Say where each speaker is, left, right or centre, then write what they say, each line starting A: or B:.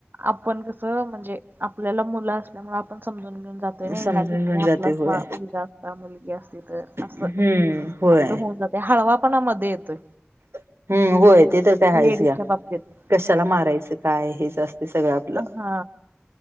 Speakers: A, on the right; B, on the right.
A: आपण कसं म्हणजे आपल्याला मुलं आपल्यामुळे आपण समजून घेऊन जातोय नई
B: समजून
A: ह्या ठिकाणी
B: घेऊन
A: आपलाच
B: जाते होय
A: बा मुलगा असता मुलगी अस ते तर असं
B: हम्म होय
A: आपलं होऊन जातय. हळवापणा मध्ये येतोय
B: हम्, होय ते तर काय हायच
A: लेडीजच्या
B: घ्या.
A: बाबतीत
B: कशाला मारायचं काय हेच असतय सगळं.. आपलं
A: अ. हा